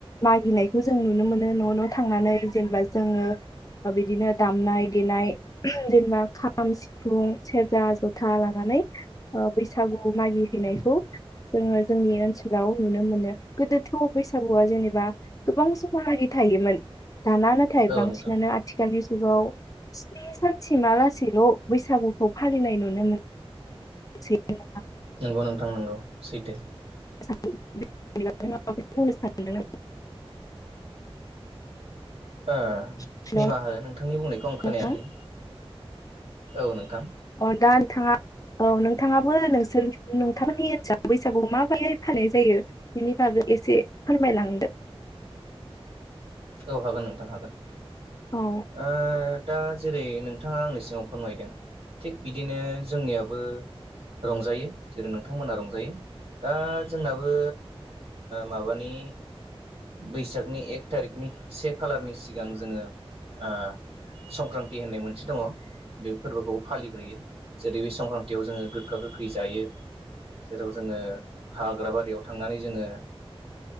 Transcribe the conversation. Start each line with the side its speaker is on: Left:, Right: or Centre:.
Left: मागिनायखौ जों नुनो मोनो न' न' थांनानै जेनेबा जोङो बिदिनो दामनाय-देनाय जेनेबा खाम, सिफुं, सेरजा, जथा लानानै बैसागु मागि हैनायखौ जोङो जोंनि ओनसोलाव नुनो मोनो गोदोथ' बैसागुया जेनेबा गोबां समसिम थायोमोन दाना नाथाय
Right: औ
Left: बांसिनानो
Right: नोंथां
Left: आ नि जुगाव स्नि सानसिमालासेल' बैसागुखौ फालिनाय नुनो मोनो नुसै नोंथां
Right: नंगौ नोंथां नोंगौ सैथो
Left: <unintelligible> माबाफोर बुंनो सानदों
Right: ओ
Left: हेल'
Right: निमाहा हो नोंथांनि बुंनायखौ आं खोनायाखै
Left: नोंथां
Right: औ नोंथां
Left: अ दा नोंथाङा औ नोंथाङाबो नोंसोर नोंथांमोननि ओनसोलाव बैसागु माबायै फालिनाय जायो बेनि बागै एसे फोरमायलांदो।
Right: औ हागोन नोंथां हागोन
Left: औ
Right: ओ दा जेरै नोंथाङा आंनि सिगाव फोरमायदों थिग बिदिनो जोंनियाबो रंजायो जेरै नोंथांमोनहा रंजायो दा जोंनाबो माबानि बैसागनि एक थारिकनि से खालारनि सिगां जोङो ओ संक्रान्ति होननाय मोनसे दङ बे फोरबोखौ फालिग्रोयो जेरै बे संक्रान्तियाव जोङो गोखा गोखै जायो जेराव जोङो हाग्रा बारियाव थांनानै जोङो